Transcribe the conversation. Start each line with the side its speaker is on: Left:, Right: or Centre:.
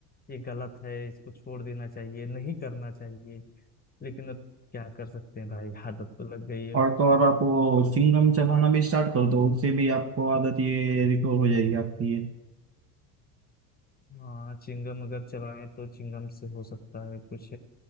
Left: ये गलत है इसको छोड़ देना चाहिए नहीं करना चाहिए लेकिन अब क्या कर सकते हैं भाई आदत तो लग गई है
Right: और तो और आप वो चिंगम चबाना भी स्टार्ट कर दो उससे भी आपको आदत ये रिकवर हो जाएगी आपकी ये
Left: हाँ चिंगम अगर चलाएं तो चिंगम से हो सकता है कुछ